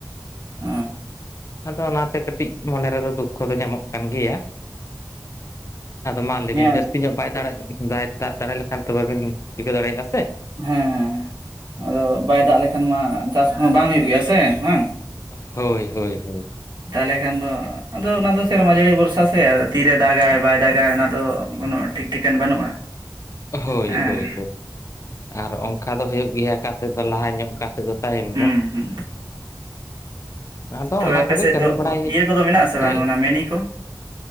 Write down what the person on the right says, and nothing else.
ᱚ
ᱦᱮᱸ
ᱦᱮᱸ ᱦᱮᱸ ᱟᱫᱚ ᱵᱟᱭ ᱫᱟᱜ ᱞᱮᱠᱷᱟᱱ ᱢᱟ ᱪᱟᱥ ᱠᱚᱦᱚᱸ ᱵᱟᱝ ᱦᱩᱭᱩᱜ ᱜᱮᱭᱟ ᱥᱮ ᱦᱮᱸ
ᱛᱟᱦᱚᱞᱮ ᱠᱷᱟᱱ ᱫᱚ ᱟᱫᱚ ᱚᱱᱟ ᱫᱚ ᱥᱮᱨᱢᱟ ᱡᱟᱹᱲᱤ ᱵᱷᱚᱨᱥᱟ ᱥᱮ ᱛᱤᱨᱮ ᱫᱟᱜᱟ ᱵᱟᱭ ᱫᱟᱜᱟ ᱚᱱᱟ ᱫᱚ ᱠᱳᱱᱳ ᱴᱷᱤᱠ ᱴᱷᱤᱠᱟᱹᱱ ᱵᱟᱹᱱᱩᱜᱼᱟ
ᱦᱮᱸ
ᱦᱩᱸ
ᱦᱩᱸ
ᱛᱚᱵᱮ
ᱟᱯᱮ
ᱥᱮᱫ
ᱫᱚ
ᱤᱭᱟᱹ
ᱠᱚᱫᱚ ᱢᱮᱱᱟᱜ ᱟᱥᱮ ᱵᱟᱝ
ᱚᱱᱟ ᱢᱤᱱᱤ ᱠᱚ